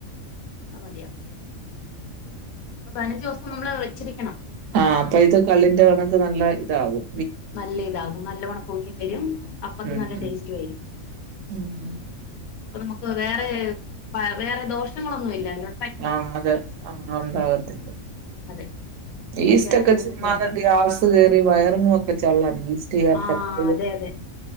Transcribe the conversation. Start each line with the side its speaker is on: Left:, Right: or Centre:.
Left: അത് മതിയാവും. അപ്പൊ പതിനഞ്ച് ദിവസം നമ്മള് വെച്ചിരിക്കണം.
Right: ആഹ് അപ്പൊ ഇത് കള്ളിന്റെ കണക്ക് നല്ല ഇതാവും.
Left: നല്ല ഇതാകും നല്ലോണം പൊങ്ങിയും വരും അപ്പത്തിന്
Right: ഉം
Left: നല്ല
Right: ഉം
Left: ടേസ്റ്റ് വരും.
Right: ഉം ഹും.
Left: അ നമുക്ക് വേറെ വേറെ ദോഷങ്ങളൊന്നും ഇല്ലാലോ.
Right: ആ അതെ അങ്ങനെ ഉണ്ടാവത്തില്ല.
Left: അതെ കുഞ്ഞുങ്ങൾക്കൊക്കെ
Right: ഈസ്റ്റ്
Left: ആണെങ്കിലും
Right: ഒക്കെ ചുമ്മാതെ
Left: കൊടുക്കാം
Right: ഗ്യാസ് കേറി വയറും ഒക്കെ ചള്ളാണ്. ചേർത്തപ്പഴ്
Left: ആഹ് അതെ അതെ